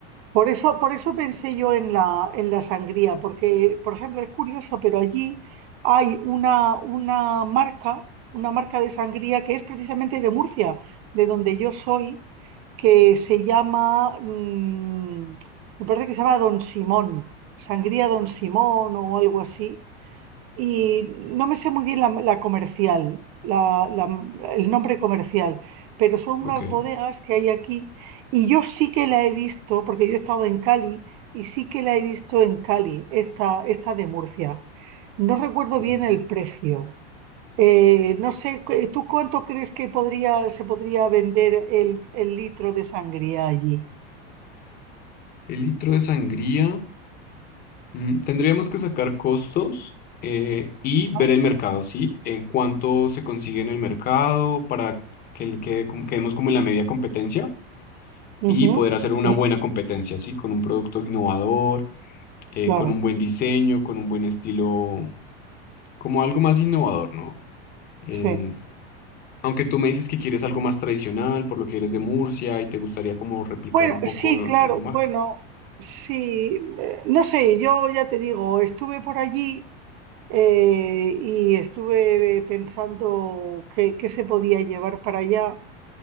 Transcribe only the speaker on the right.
Por eso, por eso pensé yo en la, en la sangría, porque, por ejemplo, es curioso, pero allí hay una, una marca, una marca de sangría que es precisamente de Murcia, de donde yo soy, que se llama, mm, me parece que se llama Don Simón, Sangría Don Simón o algo así, y no me sé muy bien la, la comercial, la- la- el nombre comercial, pero son
unas bodegas que hay aquí y yo sí que la he visto, porque yo he estado en Cali y sí que la he visto en Cali, esta, esta de Murcia. No recuerdo
bien el precio. Eh, no sé, cu- ¿tú cuánto crees que podría, se podría vender el, el litro de sangría allí?
¿No?
Ujú,
Sí,
claro,
sí.
Bueno,
sí, claro,
bueno, sí, eh, no sé, yo ya te digo, estuve por allí eh, y estuve pensando qué, qué se podía llevar para allá,